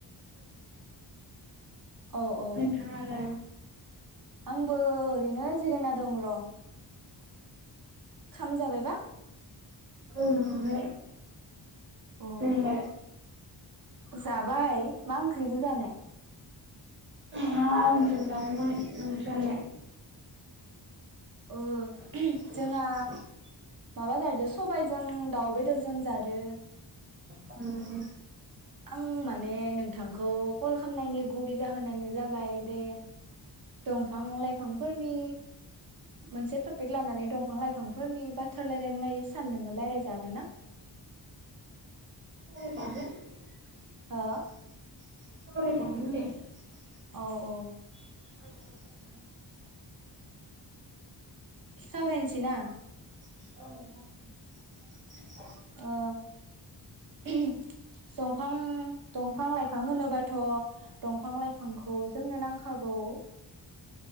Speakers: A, on the right; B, on the right.
A: औ औ
B: नोंथांआलाय।
A: आंबो ओरैनो जिराया दं र। खामजाबायबा।
B: औ <unintelligible>
A: अ
B: जोंलाय
A: जाबाय। मा ओंख्रिजों जानाय।
B: अमा आलुज़ों दाउमोन ओमफ्राय
A: ओ।
B: <inaudible>
A: जोंहा माबा जादो सबायजों दाउ बेदरजों जादो।
B: उम।
A: आं माने नोंथांखौ कल खालामनायनि गुबै जाहोनानो जाबाय बे दंफां लाइफांफोरनि मोनसे टपिक लानानै दंफां लाइफांफोरनि बाथ्रा रायलायनाय सानदोंमोन रायलायजागोन ना।
B: <unintelligible>
A: हो
B: <unintelligible>
A: औ औ।
B: <unintelligible>
A: सावरायसैना।
B: औ।
A: ओ दंफां दंफां लाइफां होनोबाथ' दंफां लाइफांखौ जोंनो नांखागौ